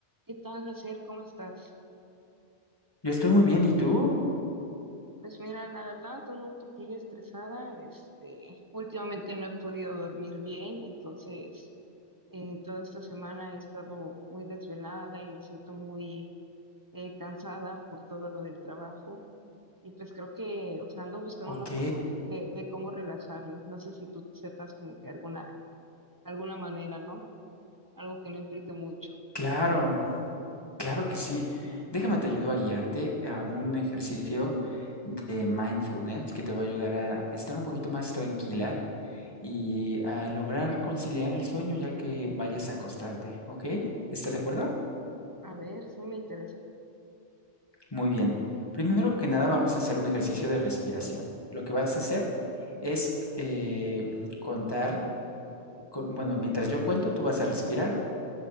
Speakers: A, on the right (about 15°); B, on the left (about 20°).
A: ¿Qué tal, Jaciel? ¿Cómo estás?
B: Yo estoy muy bien, ¿y tú?
A: Pues mira, la verdad, ando un poquillo estresada. Este, últimamente no he podido dormir bien, entonces eh, toda esta semana he estado muy desvelada y me siento muy eh, cansada por todo lo del trabajo. Y pues creo que, o sea, ando buscando
B: Ok,
A: una forma de, de, de cómo relajarme. No sé si tú sepas como que alguna, alguna manera, ¿no? Algo que no implique mucho.
B: claro, claro que sí. Déjame te ayudo a guiarte a un ejercicio de mindfulness que te va a ayudar a estar un poquito más tranquila y a lograr conciliar el sueño ya que vayas a acostarte, ¿ok? ¿Estás de acuerdo?
A: A ver, sí me interesa.
B: Muy bien. Primero que nada vamos a hacer un ejercicio de respiración. Lo que vas a hacer es eh, contar, con- bueno, mientras yo cuento, tú vas a respirar